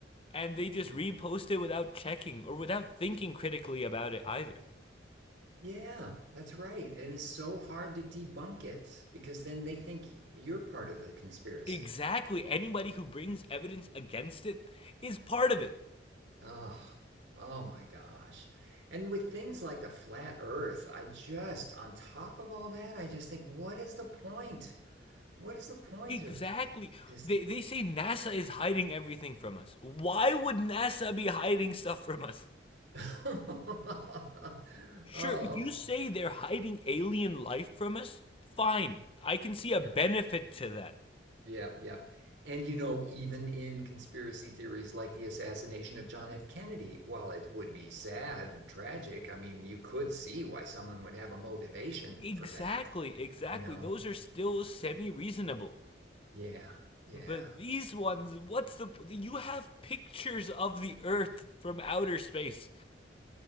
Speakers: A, on the left (about 30°); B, on the right (about 75°).
A: and they just
B: hmm.
A: repost it without checking or without thinking critically about it either.
B: yeah, that's right. It is so hard to debunk it because then they think you're part of the conspiracy.
A: Exactly, anybody who brings evidence against it is part of it.
B: Oh, oh my gosh. And with things like the flat earth, I just, on top of all that, I just think, what is the point? What is the point
A: Exactly.
B: of existing?
A: They they say NASA is hiding everything from us. Why would NASA be hiding stuff from us?
B: <laughs>
A: Sure,
B: Oh,
A: if you say they're hiding alien life from us, fine. I can see a
B: yeah,
A: benefit to that.
B: yeah, yeah. And you know, even in conspiracy theories like the assassination of John F. Kennedy, while it would be sad and tragic, I mean, you could see why someone would have a motivation
A: Exactly,
B: for that,
A: exactly.
B: you know?
A: Those are still semi-reasonable.
B: Yeah, yeah.
A: But these ones, what's the you have pictures of the Earth from outer space.